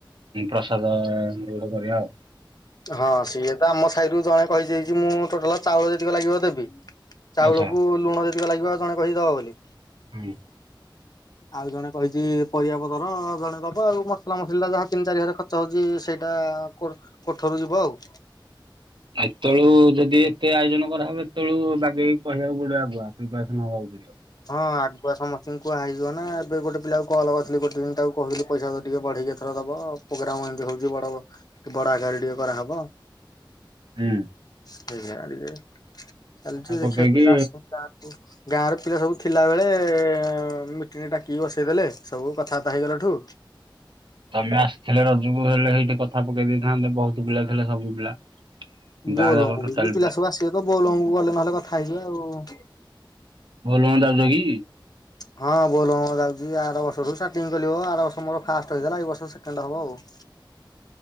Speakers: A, on the right; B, on the left.
A: ପ୍ରସାଦ ସେମିତି ଗୋଟେ କରିବା ଆଉ।
B: ହଁ ସେଇଆ ତ ଆମ ସାହିରୁ ଜଣେ କହି ଦେଇଛି ମୁଁ ଟୋଟାଲ୍ ଚାଉଳ ଯେତିକି ଲାଗିବ ଦେବି। ଚାଉଳକୁ
A: ଆଚ୍ଛା
B: ଲୁଣ ଯେତିକ ଲାଗିବ ଜଣେ କହିଛି ଦବ ବୋଲି।
A: ହୁଁ।
B: ଆଉ ଜଣେ କହିଛି ପରିବା ପତର ଜଣେ ଦବ ଆଉ ମସଲା ମସିଲି ଟା ଯାହା ତିନି ଚାରି ହଜାରେ ଖ ର୍ଚ୍ଚ ହେଉଛି ସେଇଟା କୋ କୋଠରୁ ଯିବ ଆଉ।
A: ଏତେବେଳୁ ଯଦି ଏତେ ଆୟୋଜନ କରାହବ ଏତେବେଳୁ ବାଗେଇକି କହିବାକୁ ପଡିବ ଆଗୁଆ। <unintelligible>
B: ହଁ ଆ ଛୁଆ ସମସ୍ତଙ୍କୁ କୁହା ହେଇଯିବ ନା ଏବେ ଗୋଟେ ପିଲାକୁ କଲ୍ କରିଥିଲି ଗୋଟେ ଦିନ ତାକୁ କହିଲି ପଇସା ତ ଟିକେ ବଢେଇକି ଏଥର ଦବ। ପ୍ରୋଗ୍ରାମ ଏମତି ହଉଛି ବଡ ବଡ ଆକାରରେ ଟିକେ କରାହେବ।
A: ହୁଁ।
B: ସେ ଝାଡ଼ି ରେ କାଲିଠୁ
A: କଥା
B: ଦେଖିବା
A: ପକେଇକି
B: ପିଲା ଆସିନ୍ତା ଗାଁ ରୁ ପିଲା ସବୁ ଥିଲାବେଳେ ମି ମିଟିଙ୍ଗ୍ ଡାକିକି ବସେଇଦେଲେ ସବୁ କଥାବାର୍ତ୍ତା ହେଇଗଲାଠୁ
A: ତମେ ଆସିଥିଲେ ରଜକୁ ହେଲେ ସେଇଠି କଥା ପକେଇ ଦେଇଥାନ୍ତେ ବହୁତ ପିଲା ଥିଲେ ସବୁ ପିଲା।
B: ବୋଲବମ୍
A: ଗାଁ ଯାକର
B: କୁ
A: ଟୋଟାଲ
B: ବି ପିଲା ସବୁ ଆସିବେ ତ ବୋଲବମ୍ କୁ ଗଲେ ନହେଲେ କଥା ହେଇଯିବା ଆଉ।
A: ବୋଲବମ୍ ଯାଉଛ କି?
B: ହଁ ବୋଲବମ୍ ଯାଉଛି ଆର ବର୍ଷରୁ ଷ୍ଟାଟିଙ୍ଗ୍ କଲିବ ଆର ବର୍ଷ ମୋର୍ ଫାଷ୍ଟ୍ ହେଇଥିଲା ଏଇ ବର୍ଷ ସେକଣ୍ଡ୍ ହବ ଆଉ।